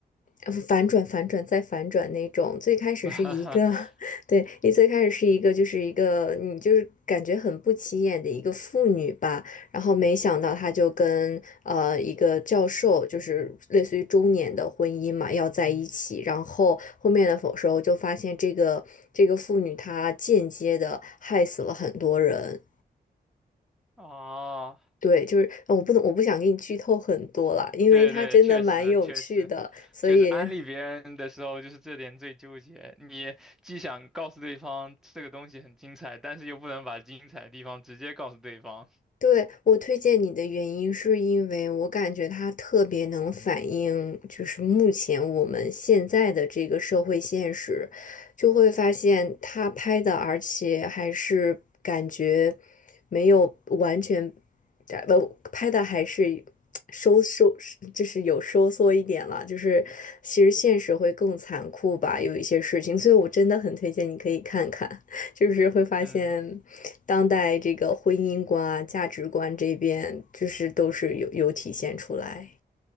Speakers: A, on the left; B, in the centre.
A: 呃反转、反转再反转那种。最开始是一个，
B: <laughs>
A: <laughs> 对，你最开始是一个，就是一个你就是感觉很不起眼的一个妇女吧，然后没想到她就跟呃一个教授，就是类似于中年的婚姻嘛，要在一起。然后后面的时候就发现这个这个妇女她间接的害死了很多人。
B: 哦，
A: 对，就是呃我不能，我不想给你剧透很多了，因为它真的蛮有趣的，
B: 对对，确实确实
A: 所以
B: 确实，安利别人的时候就是这点最纠结。你既想告诉对方这个东西很精彩，但是又不能把精彩的地方直接告诉对方。
A: 对，我推荐你的原因是因为我感觉他特别能反映，就是目前我们现在的这个社会现实，就会发现他拍的，而且还是感觉没有完全，呃，拍的还是收收，就是有收缩一点了，就是其实现实会更残酷吧，有一些事情，所以我真的很推荐你可以看看，就是会发现。
B: 嗯
A: 当代这个婚姻观啊、价值观这边，就是都是有有体现出来。